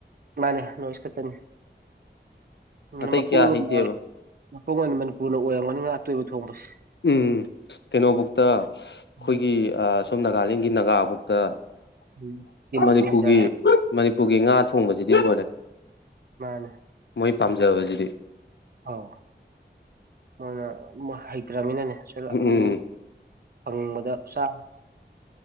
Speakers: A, on the right; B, on the left.
A: ꯃꯥꯅꯦ ꯅꯣꯔꯠ ꯏꯁ ꯈꯛꯇꯅꯤ ꯑꯥ
B: ꯑꯇꯩ
A: ꯃꯄꯨꯡꯒꯨꯝꯕ
B: ꯀꯌꯥ ꯍꯩꯇꯦꯕ
A: ꯃꯐꯝ ꯑꯣꯏꯅ ꯃꯅꯤꯄꯨꯔꯅ ꯑꯣꯏꯔꯝꯒꯅꯤꯅ ꯑꯇꯣꯏꯕ ꯊꯣꯡꯕꯁꯤ
B: ꯎꯝ ꯀꯩꯅꯣꯕꯨꯛꯇ ꯑꯁ ꯑꯩꯈꯣꯏꯒꯤ
A: ꯎꯝ
B: ꯑꯥ ꯁꯣꯝ ꯅꯥꯒꯥꯂꯦꯟꯒꯤ ꯅꯥꯒꯥꯕꯨꯛꯇ
A: ꯎꯝ ꯇꯤꯝꯅꯤ
B: ꯃꯅꯤꯄꯨꯔꯒꯤ
A: ꯃꯣꯏ ꯆꯥꯏꯗꯣ
B: ꯃꯅꯤꯄꯨꯔꯒꯤ ꯉꯥ ꯊꯣꯡꯕꯁꯤꯗꯤ ꯂꯣꯏꯔꯦ
A: ꯃꯥꯅꯦ
B: ꯑꯩ ꯄꯥꯝꯖꯕꯁꯤꯗꯤ
A: ꯑꯥꯎ ꯃ‌ꯣꯏꯅ ꯃ ꯍꯩꯇ꯭ꯔꯥꯃꯤꯅꯅꯦ
B: ꯎꯝ
A: ꯑꯃꯨꯛ ꯐꯪꯕꯗ ꯆꯥꯕ